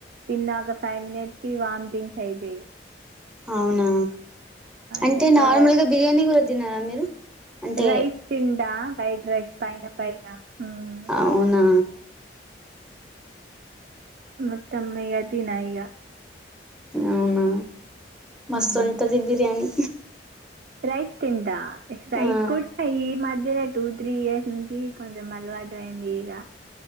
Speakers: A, on the right (about 55°); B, in the centre.
A: తిన్నాక ఫైవ్ మినిట్స్ కి వాంతింగ్స్ అయితయ్
B: అవునా అంటే
A: ఇక పడే
B: నార్మల్గా బిర్యానీ కూడా తినరా మీరు? అంటే
A: రైస్ తింట వైట్ రైస్ పైన పైన ఉమ్
B: అవునా
A: మొత్తం ఇగ తిన ఇగ
B: అవునా మస్తు
A: మ్మ్.
B: ఉంటది బిర్యానీ
A: రైస్ తింటా రైస్
B: ఆ
A: కూడా ఈ మధ్యనే టూ త్రీ ఇయర్స్ నుంచి కొంచెం అలవాటు అయింది ఇగ